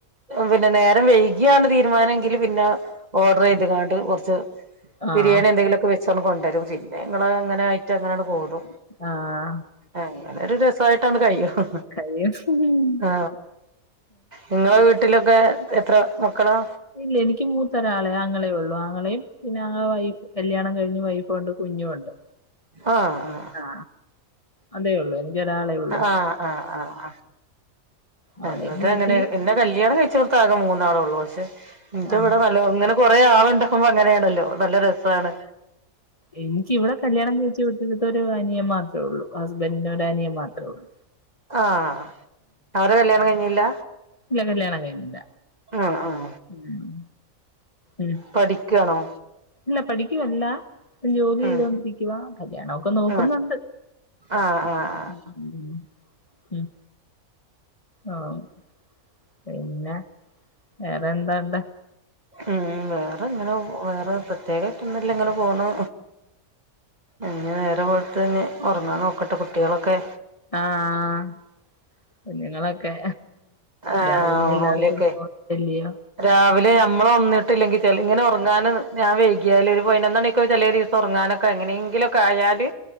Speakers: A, on the right; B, on the left.
A: കൊറേ നേരം വൈകിയാണ് തീരുമാനമെങ്കിൽ പിന്നെ ഓർഡർ ചെയ്ത് കാണ്ട് കുറച്ച്
B: ആഹ്
A: ബിരിയാണി എന്തെങ്കിലുമൊക്കെ വെച്ചാണ്ട് കൊണ്ടരും പിന്നെ ഇങ്ങള് അങ്ങനെ ആയിട്ട് അങ്ങനെയാണ് പോതും
B: ആഹ്
A: അങ്ങനെ ഒരു രസായിട്ടങ്ങ് കഴിയും
B: കഴിയും ഉം
A: ആ നിങ്ങളെ വീട്ടിലൊക്കെ എത്ര മക്കളാ
B: ഇല്ല എനിക്ക് മൂത്തൊരാളെ അങ്ങളേ ഉള്ളു ആങ്ങളെയും പിന്നെ ആങ്ങളവൈഫ് കല്യാണം കഴിഞ്ഞ് വൈഫുണ്ട് കുഞ്ഞുണ്ട്
A: ആഹ് ആഹ്
B: ആ അതേ ഉള്ളൂ ഇ ഒരാളെ ഉള്ളു
A: ആഹ് ആഹ് ആഹ്
B: അവിടെ
A: ഞങ്ങള്ത്
B: വീട്ടി
A: അങ്ങനെ പിന്നെ കല്യാണം കഴിച്ചോട്ടത്ത്- ത്ത്ആകെ മൂന്നാളേള്ളൂ പക്ഷേ ഇന്റെ
B: ആഹാ
A: ഇവിടെ നല്ലോ ഇങ്ങനെ കൊറേ ആളുണ്ടാകുമ്പോ അങ്ങനെയാണല്ലോ നല്ല രസമാണ്
B: എനിക്കിവിടെ കല്യാണം കഴിച്ചു വിട്ടിടുത്ത ഒരു അനിയൻ മാത്രമേ ഉള്ളൂ ഹസ്ബൻറിന്റെ ഒരു അനിയൻ മാത്രമേ ഉള്ളു
A: ആഹ് അവര്ടെ കല്യാണം കഴിഞ്ഞില്ല
B: ഇല്ല കല്യാണം കഴിഞ്ഞില്ല.
A: ഉം ഉം
B: ഉം. ഉം
A: പഠിക്കാണോ?
B: ഇല്ല പഠിക്കുവല്ല ജോലി
A: ഉം
B: ചെയ്തൊണ്ടിരിക്കുവാ. കല്യാണൊക്കെ നോക്കുന്നുണ്ട്.
A: ഉം ആഹ് ആഹ് ആഹ്
B: ഉം ഉം ആഹ് പിന്നെ വേറെ എന്താണ്ടാ?
A: ഉം വേറെങ്ങനെ വേറെ പ്രത്യേകായിട്ട് ഒന്നുല്ല. ഇങ്ങനെ പോണു. ഇനി നേരം വെളുത്തിനി ഒറങ്ങാൻ നോക്കട്ടെ. കുട്ടികളൊക്കെ
B: ആഹ് കുഞ്ഞുങ്ങളൊക്കെ
A: ആഹ്
B: രാവിലെ എല്ലാർക്കും
A: ഓലെക്കെ
B: പോട്ടല്ലയോ
A: രാവിലെ നമ്മള് ഒണ്ന്നിട്ടില്ലെങ്കില് ചെല്ങ്ങനെ ഒറങ്ങാന് ഞാൻ വൈക്യാല് ഒരു പയിനൊന്നണിക്കേവും ചെലെ ദിവ ത് ഒറങ്ങാനൊക്കെ എങ്ങനെയെങ്കിലൊക്കെ ആയാല്